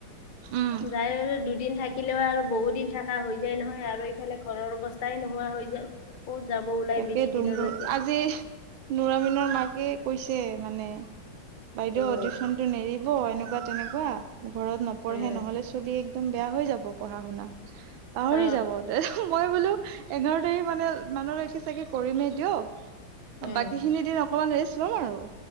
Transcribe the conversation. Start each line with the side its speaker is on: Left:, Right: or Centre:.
Right: উম
Left: যায় আৰু দুদিন থাকিলেও আৰু বহুত দিন থাকা হৈ যায় নহয় আৰু সিফালে ঘৰৰ অৱস্থাই নোহোৱা হৈ যায় ক'ত যাব ওলাই
Right: তাকেই
Left: বেছি
Right: তুম
Left: দিনলৈকে
Right: আজি নৰামিনৰ মাকে কৈছে মানে বাইদেউ
Left: উম
Right: টিউশ্যচনতটো নেৰিব এনেকুৱা তেনেকুৱা ঘৰত নপঢ়ে
Left: উম
Right: নহলে চলি এক একদম বেয়া হৈ যাব পঢ়া শুনা পাহৰি
Left: অ
Right: যাব তাপিছত মই বোলো এঘাৰ তাৰিখ মানে মানুলৈকে চাগে কৰিমেই দিয়ক
Left: উম
Right: বাকী খিনি দিন অকমান ৰেছ ল'ম আৰু